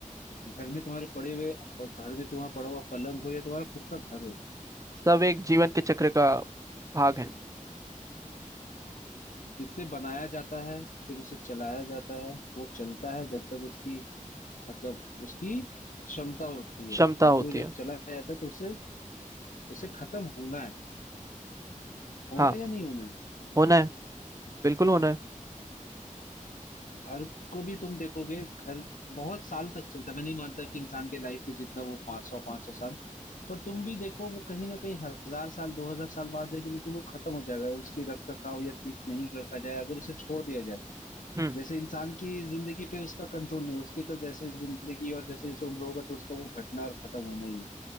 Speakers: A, on the left (about 70°); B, on the right (about 25°).
A: घर में तुम्हारे पड़े हुए और घर में तुम्हारा पड़ा हुआ पलंग हो या तुम्हारा खुद का घर हो
B: सब एक जीवन के चक्र का भाग है
A: जिससे बनाया जाता है फिर उसे चलाया जाता है वो चलता है जब तक उसकी मतलब उसकी क्षमता होती
B: क्षमता
A: है और
B: होती
A: फिर वो
B: है
A: जब चलाया जाता है तो उसे उसे खत्म होना है होना
B: हाँ
A: है या नहीं होना है
B: होना है बिल्कुल होना है
A: घर को भी तुम देखोगे घर बहुत साल तक चलता है मैं नहीं मानता कि इंसान के लाइफ के जितना वो पाँच सौ पाँच सौ साल पर तुम भी देखो वो कहीं ना कहीं हजार साल दो हजार साल बाद जाके लेकिन वो खत्म हो जाएगा अगर उसकी रख रखाव या ठीक नहीं रखा जाए अगर उसे छोड़ दिया जाए
B: हम्म
A: जैसे इंसान की जिंदगी पे उसका कंट्रोल नहीं उसकी तो जैसे जिंदगी और जैसे जैसे उम्र होगा तो उसका वो घटना और खत्म होना ही है